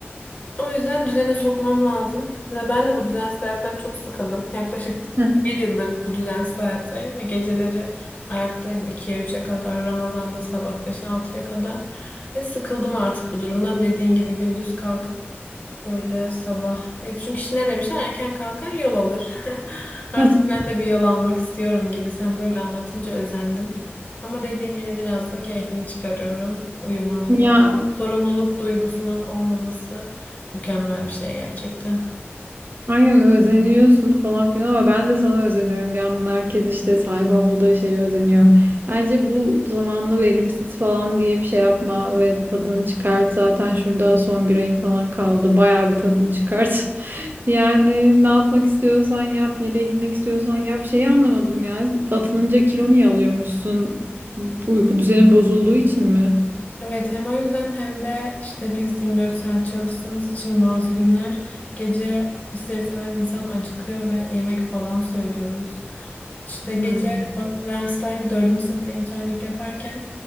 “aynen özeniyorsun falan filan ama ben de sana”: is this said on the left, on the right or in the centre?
Right